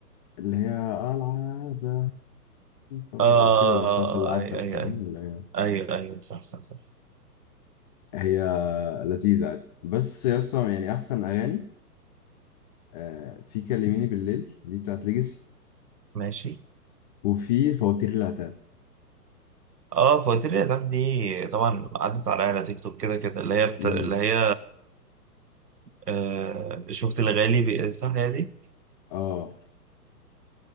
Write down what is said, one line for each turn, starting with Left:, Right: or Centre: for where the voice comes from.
Left: اللي هي العادة طب
Right: اه آه،
Left: كده بقى بتاعت العسل
Right: آه، اي اي
Left: فاهم
Right: اي
Left: اللي هي
Right: اي اي صح صح صح
Left: هي لذيذة عادي بس أصلا يعني أحسن أغاني آه في كلميني بالليل دي بتاعت ليجاسي
Right: ماشي
Left: وفي فواتير العتاب
Right: اه فواتير الاعلام دي طبعا عدت عليا على تيك توك كده كده اللي هي بت...
Left: امم
Right: اللي هي آه شفت الغالي بي... صح هي دي
Left: اه